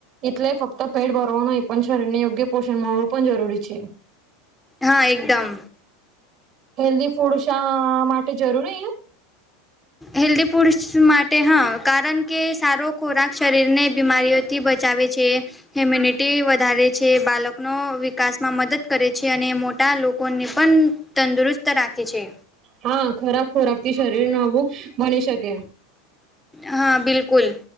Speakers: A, on the right (about 40°); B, in the centre.
A: એટલે ફક્ત પેટ ભરવો નઈ પણ શરીર ને યોગ્ય પોષણ મળવું પણ જરૂરી છે.
B: હા એકદમ.
A: હેલ્ધી ફૂડ શાઆ માટે જરૂરી
B: હેલ્ધી ફૂડ્સ માટે હા કારણ કે સારો ખોરાક શરીર ને બીમારીઓ થી બચાવે છે. હ્યુમ્યનિટી વધારે છે બાલકનો વિકાસમાં મદદ કરે છે અને મોટા લોકોને પણ તંદુરુસ્ત રાખે છે.
A: હા ખરાબ ખોરાક થી શરીર નવું બની શકે.
B: હા બિલકુલ